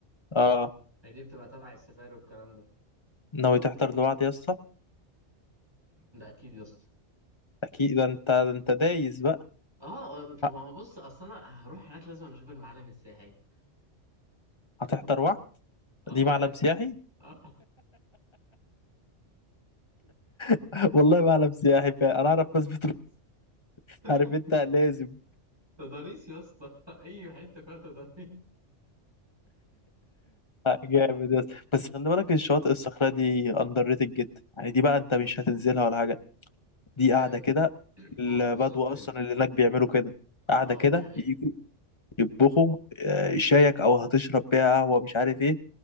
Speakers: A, on the left; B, on the right.
A: اه
B: ما دي بتبقى تبع السفاري والكلام ده
A: ناوي تحضر لوحد يا اسطى
B: ده اكيد يا اسطى
A: اكيد ده انت ده انت دايس بقى
B: اه ما
A: ه-
B: هو بص اصل انا هروح هناك لازم أنا اشوف المعالم السياحية
A: هتحضر وعد
B: اه
A: دي
B: ما
A: معلم
B: ده
A: سياحي
B: اه
A: <laughs> والله معلم سياحي فعلا انا اعرف ناس بتروح <laughs>
B: <laughs>
A: عارف انت لازم
B: تضاريس يا اسطى <laughs> اي حته فيها تضاريس
A: آه، جامد يا اسطى بس خلي بالك الشواطئ الصخرة دي اندر ريتد جدا يعني دي بقى انت مش هتنزلها ولا حاجه دي قاعدة
B: اه
A: كده
B: <clears throat>
A: البدو
B: آه، بالظبط
A: أصلا
B: كده
A: اللي هناك بيعملوا كده قاعدة
B: اه
A: كده
B: ده حقيقة
A: يجوا يطبخوا آه، شايك أو هتشرب بيها قهوة مش عارف إيه